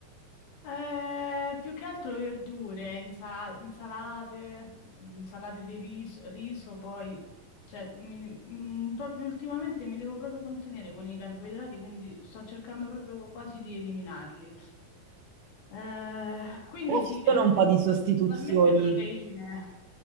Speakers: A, on the left; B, on the right.
A: Eh, più che altro verdure, insal- insalate, insalate di riso, riso, poi, cioè, mi- mm, proprio ultimamente mi devo proprio contenere con i carboidrati, quindi sto cercando proprio quasi di eliminarli. Eh, quindi
B: Però
A: sì,
B: ci
A: eh,
B: sono un
A: pri-
B: po' di sostituzioni
A: principalmente proteine.